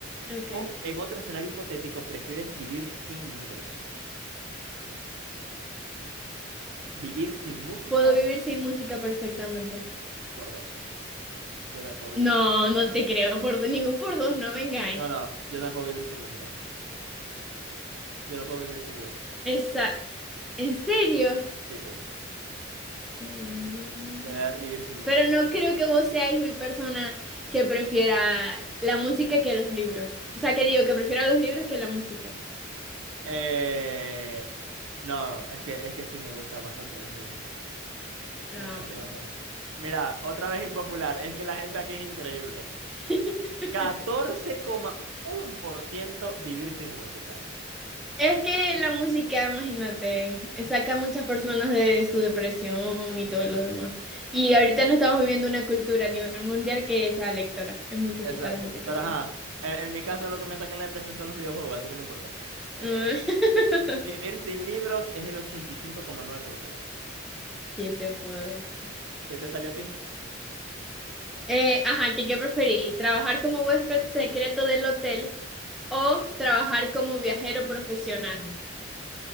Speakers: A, in the centre; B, on the right.
A: ujú, ok.
B: o en otro escenario hipotético, prefieres vivir sin libros? Vivir sin música
A: Puedo vivir sin música perfectamente.
B: por dos. Yo tampoco vivir
A: No,
B: sin.
A: no te creo por dos, ningún por dos, no vengáis.
B: No, no, yo no puedo vivir sin música. Yo no puedo vivir sin libros.
A: Esa, ¿en serio?
B: Sí, sí.
A: Mm,
B: Le dar vivir sin música.
A: Pero no creo que vos seáis una persona que prefiera la música que los libros. O sea, que digo, que prefiera los libros que la música.
B: Eh, no, es que, es que sí me gustan bastante los libros.
A: Ah,
B: Bastante,
A: bueno.
B: bastante. Mira, otra vez impopular. Es que la gente aquí es increíble.
A: <laughs>
B: Catorce coma uno por ciento vivir sin música.
A: Es que la música, imagínate, saca a muchas personas de su depresión
B: Sí,
A: y todo
B: sí.
A: lo demás. Y ahorita no estamos viviendo una cultura a nivel mundial que sea lectora. Es muy poquita
B: Exacto,
A: la gente que
B: pero
A: lee.
B: ajá, en, en mi caso lo que me saca la depresión son los videojuegos, así que no importa. Eh,
A: Mm.
B: <laughs>
A: <laughs>
B: vivir sin libros es el 85,9%.
A: ¿Qué te puedo decir?
B: ¿Qué te salió a ti?
A: Eh, ajá, ¿qué, qué preferí? ¿Trabajar como huésped secreto del hotel o trabajar como viajero profesional?